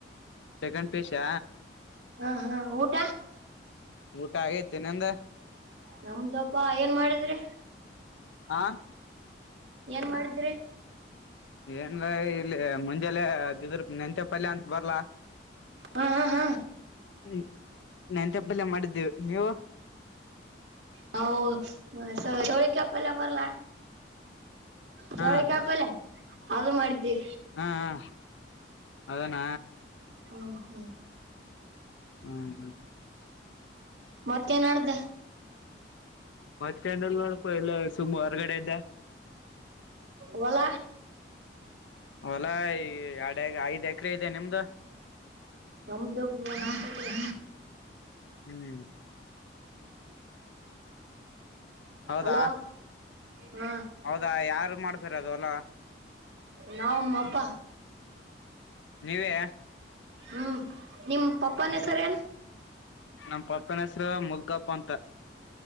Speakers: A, on the left; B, on the right.
A: ಸೆಕೆಂಡ್ ಪಿಯುಸ್ಯ
B: ಹಾ ಹಾ ಊಟ್.
A: ಊಟ ಆಗೈತಿ ನಿಂದು.
B: ನಮ್ದಪ್ಪಾ ಏನ್ ಮಾಡಿದ್ರಿ.
A: ಆ
B: ಏನ್ ಮಾಡಿದ್ರಿ.
A: ಏನ್ ಲೇ ಇಲ್ಲಿ ಮುಂಜಾಲೆ ಇದಿದ್ರ ಮೆಂತ್ಯಪಲ್ಯ ಅಂತ ಬರ್ಲ್ಲ.
B: ಹ ಹ ಹ
A: ಹ್ಮ ಮೆಂತ್ಯಪಲ್ಯ ಮಾಡಿದ್ದೇವು ನೀವು.
B: ನಾವು ಚೋಳಕೈ ಪಲ್ಯ ಬರ್ಲ. ಚೌಳಿಕಾಯಿ
A: ಹಾ
B: ಪಲ್ಯ ಅದು ಮಾಡಿದ್ದವಿ.
A: ಹಾ ಹಾ ಅದನ್ನ.
B: ಹ್ಮ್ ಹ್ಮ್.
A: ಹ್ಮ ಹ್ಮ.
B: ಮತ್ತೇನೂ ನಡ್ದ.
A: ಮತ್ತೆನು ಇಲ್ಲ ನೋಡಪ ಇಲ್ಲೇ ಸುಮ್ಮ್ ಹೊರ್ಗಡೆ ಇದ್ಯಾ.
B: ಹೊಲ.
A: ಹೊಲಾ ಈ ಎರಡು ಐದ್ ಎಕರೆ ಇದೆ ನಿಮ್ದ.
B: ನಮ್ದ ನಾಕ್ ಎಕ್ರೆ.
A: ಹ್ಮ್. ಹೌದಾ.
B: ಹಲೋ ಹಾ
A: ಹೌದಾ ಯಾರು ಮಾಡ್ತಾರ ಅದು ಹೊಲ್ಲ.
B: ನಾವು ನಮ್ಮಪ್ಪ.
A: ನೀವೇ
B: ಹ್ಮ್, ನಿಮ್ ಪಪ್ಪನ ಹೆಸರ ಏನ್?.
A: ನಮ್ಮ ಪಪ್ಪನ ಹೆಸರು ಮುದ್ಕಪ್ಪ ಅಂತ.